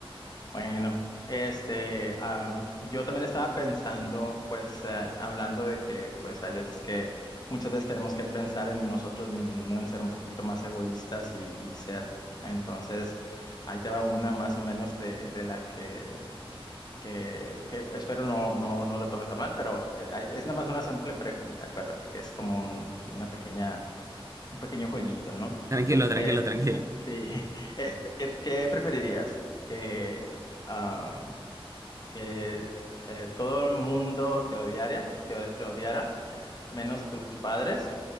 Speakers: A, on the left; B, on the right.
A: Bueno, este, am, yo también estaba pensando, pues, eh, hablando de que, pues, hay veces que, muchas veces tenemos que pensar en nosotros mismos, ¿no? En ser un poquito más egoístas y, y ser. Entonces, ahí te va una más o menos de, de la que, que, que espero no, no, no lo tomes a mal, pero eh, ahí- es nada más una simple pregunta, acuérdate que es como un, una pequeña, un pequeño jueguito, ¿no?
B: Tranquilo, tranquilo,
A: Es-
B: tranquilo.
A: sí, <laughs> este, ¿qué, qué preferirías? Que, am, que eh, todo el mundo te odiara, te, o- te odiara, menos tus padres,